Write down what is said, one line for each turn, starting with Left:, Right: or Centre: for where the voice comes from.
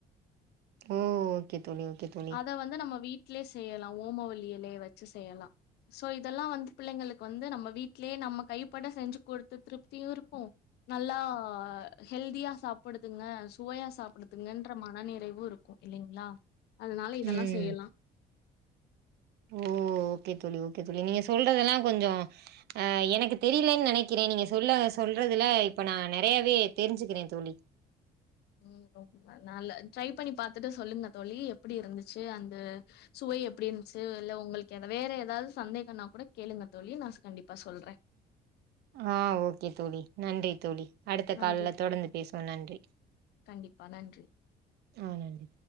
Right: ஓ ஓ கே தோழி ஓகே தோழி
Left: அத வந்து நம்ம வீட்லேயே செய்யலா ஓமவல்லி எலைய வச்சு செய்யலா சோ இதெல்லா வந்து பிள்ளைங்களுக்கு வந்து நம்ம வீட்லேயே நம்ம கைப்பட செஞ்சு கொடுத்த திருப்தியு இருக்கு நல்லா ஹெல்தியா சாப்புடுதுங்க சுவையா சாப்புடுதுங்கன்ற மன நிறைவு இருக் கு இல்லைங்ளா அதுனால இதெல்லா
Right: ம்
Left: செய்யலா
Right: ஓ ஓகே தோழி ஓகே தோழி நீங்க சொல்றதெல்லா கொஞ்சோ ஆ எனக்கு தெரியலைன் நெனக்கிறே நீங்க சொல்ல சொல்றதுல இப்ப நா நெறையாவே தெரிஞ்சுக்குறே தோழி
Left: ம் ரொம்ப நால ட்ரை பண்ணி பாத்துட்டு சொல்லுங்க தோழி எப்டி இருந்துச்சு அந்த சுவை எப்டி இருந்துச்சு இல்ல உங்களுக்கு எதா வேற எதாவது சந்தேகன்னா கூட கேளுங்க தோழி நான் கண்டிப்பா சொல்றே
Right: ஆ ஓகே தோழி நன்றி தோழி அடுத்த
Left: நன்றி
Right: கால்ல
Left: தோழி
Right: தொடர்ந்து பேசுவோ நன்றி
Left: கண்டிப்பா நன்றி
Right: ஆ நன்றி